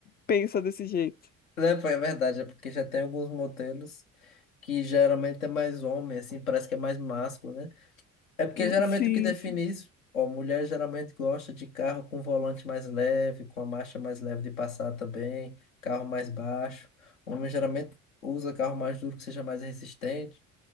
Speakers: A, on the left (about 25°); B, on the left (about 75°).
A: pensa desse jeito?
B: É, pô, é verdade, é porque já tem alguns modelos que geralmente é mais homem, assim, parece que é mais másculo, né? É porque
A: Hum,
B: geralmente
A: Sim.
B: o que define
A: sim.
B: isso, ó, mulher geralmente gosta de carro com volante mais leve, com a marcha mais leve de passar também, carro mais baixo. Homem geralmente usa carro mais duro que seja mais resistente.